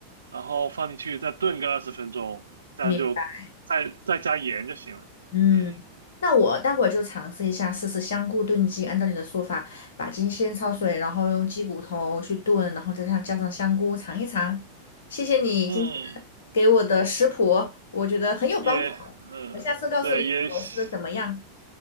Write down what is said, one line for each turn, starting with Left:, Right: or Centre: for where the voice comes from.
Right: 然后放进去再炖个二十分钟，这样就再再加盐就行了。
Left: 明白。嗯，
Right: 对，
Left: 那我待会儿就尝试一下，试试香菇炖鸡。按照你的说法，把鸡先焯水，然后用鸡骨头去炖，然后再上加上香菇尝一尝。谢谢你今天
Right: 嗯，
Left: 给我的食谱，我觉得很有帮助。
Right: 也嗯，
Left: 我下次告诉你我试的怎么样。
Right: 对，也谢